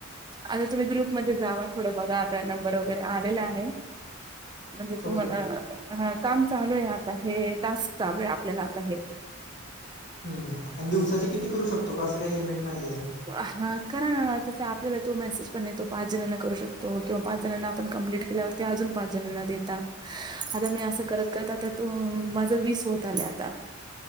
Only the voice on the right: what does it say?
आता तुम्ही ग्रुप मध्ये जावा थोडं बघा आता नंबर वगैरे आलेला आहे. म्हणजे
तुम्हाला
ह काम चालू आहे आत आहे टास्क चालू आहे आपल्याला आत आहे.
हा कारण ना तस आपल्याला तो मेसेज पण येतो पाच जणांना करू शकतो किंवा पाच जणांना आपण कंप्लीिट केल्यावर. ते अजून पाच जणांना देतात. आता मी असं करत करत आता तू माझ वीस होत आलं आता.